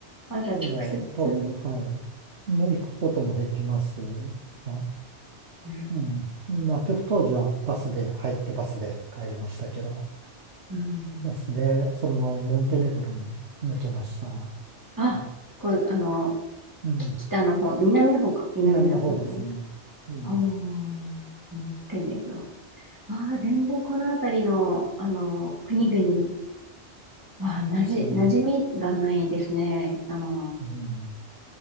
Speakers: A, on the right (about 15°); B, on the right (about 75°).
A: あ、あ、じゃあ直接、
B: まあでも、当時は、
A: う
B: はい。もう行くこともできますが。
A: ん
B: うん。まあちょっと当時はバスで入ってバスで帰りましたけど、
A: うん
B: バスでそのままモンテネグロに抜けました。
A: あ、
B: あ
A: こう、あの、
B: うん。
A: き北の方、南の方か、南の方、
B: 南の方ですね。うん。
A: あーモンテネグロああ、全然この辺りの、あの、国々は、なじ、
B: うん。
A: 馴染みがないですね。あの、
B: うん。